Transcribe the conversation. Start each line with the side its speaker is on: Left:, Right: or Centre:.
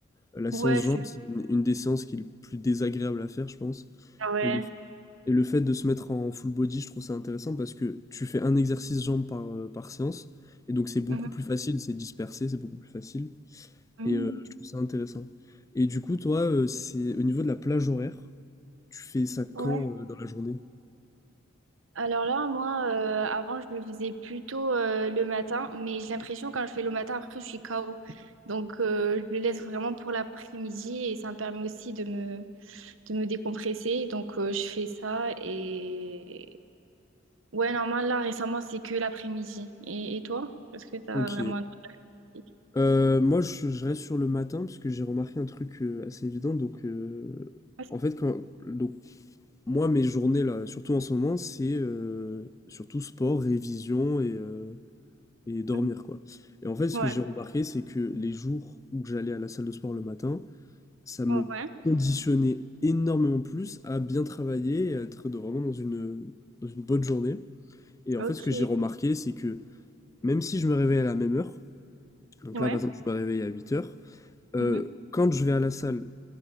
Left: La séance
Right: Ouais,
Left: jambes,
Right: c'est
Left: c'est une, une des séances qui est le plus désagréable à faire, je pense.
Right: Ah ouais.
Left: Et le, et le fait de se mettre en full body, je trouve ça intéressant parce que tu fais un exercice jambes par, euh, par séance. Et donc, c'est beaucoup
Right: Mhm.
Left: plus facile, c'est dispersé, c'est beaucoup plus facile.
Right: Mhm.
Left: Et euh, je trouve ça intéressant. Et du coup, toi, euh, c'est au niveau de la plage horaire, tu fais ça quand
Right: Ouais.
Left: euh, dans la journée?
Right: Alors là, moi, euh, avant, je le faisais plutôt euh, le matin, mais j'ai l'impression quand je fais le matin, après, je suis KO. Donc, euh, je le laisse vraiment pour l'après-midi et ça me permet aussi de me, de me décompresser. Donc, euh, je fais ça et... Ouais, normal, là, récemment, c'est que l'après-midi. Et, et toi? Est-ce que t'as
Left: Ok.
Right: vraiment un truc pratique?
Left: Euh, moi, je, je reste sur le matin parce que j'ai remarqué un truc euh, assez évident. Donc, euh,
Right: Ah, c'est-
Left: en fait, quand, donc, moi, mes journées, là, surtout en ce moment, c'est euh, surtout sport, révision et, euh, et dormir,
Right: Mhm.
Left: quoi. Et en fait, ce
Right: Ouais.
Left: que j'ai remarqué, c'est que les jours où j'allais à la salle de sport le matin, ça me
Right: Ouais.
Left: conditionnait énormément plus à bien travailler et à être de- vraiment dans une, dans une bonne journée. Et en
Right: Ok.
Left: fait, ce que j'ai remarqué, c'est que même si je me réveille à la même heure, donc
Right: Ouais.
Left: là, par exemple, je me réveille à 8 heures, euh,
Right: Mhm.
Left: quand je vais à la salle